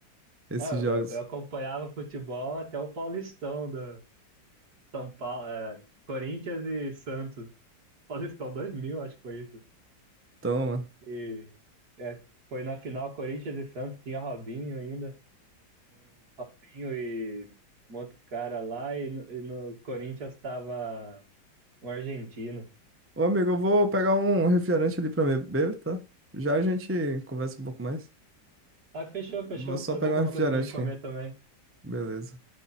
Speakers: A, on the right (about 15°); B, on the right (about 55°).
A: esses
B: é, eu,
A: jogos.
B: eu acompanhava futebol até o Paulistão do São Paulo, é, Corinthians e Santos. Paulistão 2000 acho que foi isso.
A: Toma.
B: E é, foi na final Corinthians e Santos, tinha Robinho ainda, Pinho e um outro cara lá, e no, e no Corinthians tava um argentino.
A: Ô, amigo, eu vou pegar um refrigerante ali pra me beber, tá? Já a gente conversa um pouco mais.
B: Ah, fechou, fechou,
A: Vou só
B: fazer
A: pegar
B: alguma
A: um refrigerante
B: coisa pra mim comer
A: aqui.
B: também.
A: Beleza.